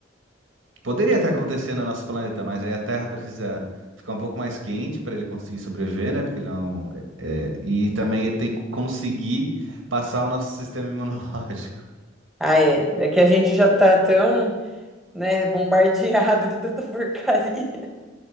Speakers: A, on the right; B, in the centre.
A: Poderia até acontecer no nosso planeta, mas aí a Terra precisa ficar um pouco mais quente para ele conseguir sobreviver, né? Porque ele não. é, é, e também ele tem que conseguir passar o nosso sistema imunológico. <laughs>
B: Ah, é. É que a gente já tá tão, né, bombardeado de tanta porcaria.